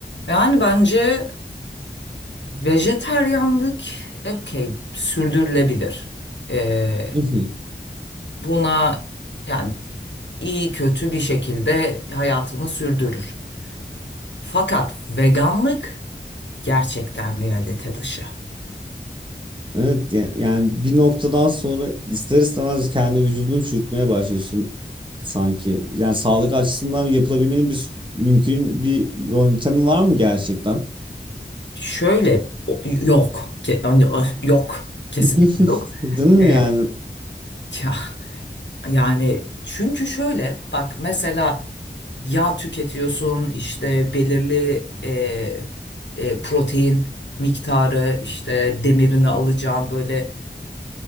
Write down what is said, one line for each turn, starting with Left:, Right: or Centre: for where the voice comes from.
Left: Yani bence vejeteryanlık okey sürdürülebilir. Ee,
Right: Hı hı.
Left: buna yani iyi kötü bir şekilde hayatını sürdürür. Fakat veganlık gerçekten realite dışı.
Right: Evet ya- yani bir noktadan sonra ister istemez kendi vücudunu çürütmeye başlıyorsun sanki. Yani sağlık açısından yapılabilmenin bir s- mümkün bir yöntemi var mı gerçekten?
Left: Şöyle o- yok. Ke- hani, ah, yok. Kesinlikle
Right: <laughs>
Left: yok.
Right: Değil mi
Left: Ee,
Right: yani?
Left: ya, Yani çünkü şöyle bak mesela yağ tüketiyorsun işte belirli e, e, protein miktarı işte demirini alacağın böyle